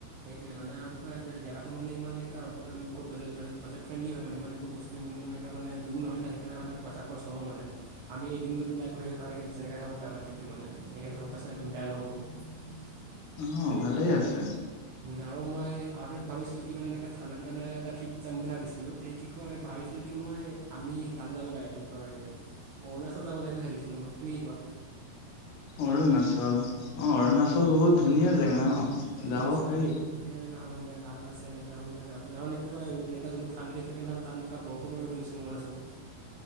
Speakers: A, on the right; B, on the left.
A: সেইটোৱে, মানে আৰু কি কয়, যে জেগাটো মানে ইমান এনেকা-আ-উম বহুত বাজে- ব্ৰাজে-বাজেট ফ্ৰেণ্ডলি হয় মানে। ইমান একো বস্তু ইমান এনেকা মানে দূৰ নহয় না। সেইকাৰণে আমাৰ ইমান পইচা খৰচ নহয় মানে। আমি এদিন গৈ পেলাই ঘূৰি আহি পাৰে <unintelligible> খাব পাৰে আমাৰ ট্ৰিপটো মানে। সেইকাৰণে গম পাইছ, একদম বেয়া নহ'ব।
B: অ', ভালে আছে।
A: আৰু মই, আৰু-টা ভাবিছিলোঁ কি মানে, এনেকা ঠাণ্ডাৰ-তাণ্ডৰ এটা ট্ৰিপ যাম বুলি ভাবিছিলোঁ। এই কি কয়, ভাবিছিলোঁ কি মই আমি তালৈ যাব লাগে। কি কয়, অৰুণাচল যাব লাগে বুলি ভাবিছিলোঁ মই। তুমি কি কোৱা?
B: অৰুণাচল। অ', অৰুণাচল বহুত ধুনীয়া জেগা। অ',
A: এইটো
B: যাব
A: অৰুণাচল
B: পাৰি।
A: ধুনীয়া ধুনীয়া জেগা হয় মানে ভাল আছে এনেকা আমি <unintelligible> যাব পাৰিম। আৰু মানে কি কয়, এনেকা যোনটো ঠাণ্ডা দিন থাকে নহয় তাত এনেকা বৰফো পৰে বুলি শুনিছোঁ ম অৰুণাচলত।